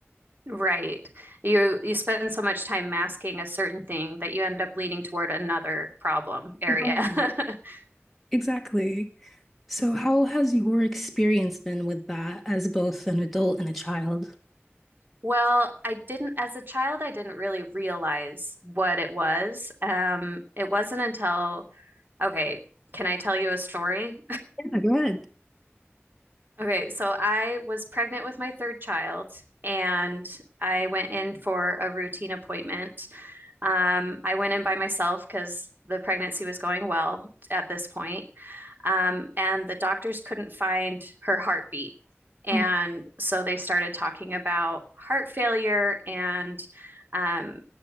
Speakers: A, on the right; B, in the centre.
A: Right. You you spend so much time masking a certain thing that you end up leaning toward another problem area.
B: Right.
A: <laughs>
B: Exactly. So
A: Yeah.
B: how has your experience been with that as both an adult and a child?
A: Well, I didn't, as a child, I didn't really realize what it was. Um, it wasn't until, okay, can I tell you a story?
B: Yeah, good.
A: Okay, so I was pregnant with my third child and I went in for a routine appointment. Um, I went in by myself because the pregnancy was going well at this point. Um, and the doctors couldn't find her heartbeat. And
B: Oh,
A: so they started talking about heart failure and um,